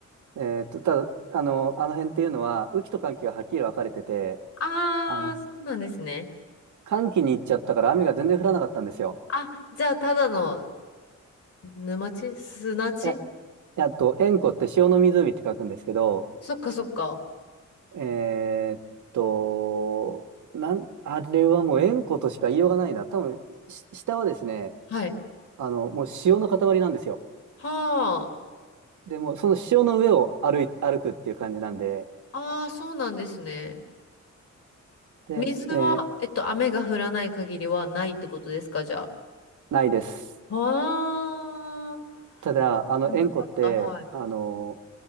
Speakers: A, on the right; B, on the left.
A: えーっと、ただ、あの、あの辺っていうのは、雨季と乾季がはっきり分かれてて、
B: ああ、
A: あの、
B: そうなんですね。
A: 乾季に行っちゃったから雨が全然降らなかったんですよ。
B: あ、じゃあ、ただの沼地砂地
A: いや、いやあと、塩湖って塩の湖って書くんですけど、
B: そっかそっか。
A: えーっと、なん、あれはもう塩湖としか言いようがないな。多分、し下はですね、
B: はい。
A: あの、もう塩の塊なんですよ。
B: はあ。
A: でも、その塩の上を歩い、歩くっていう感じなんで、
B: ああ、そうなんですね。
A: で、
B: 水は、
A: えー
B: えっと、雨が降らない限りはないってことですか、じゃ
A: ないです。
B: あ。ああ、
A: ただ、あの、
B: 知らなかった、
A: 塩湖って、
B: はい。
A: あの、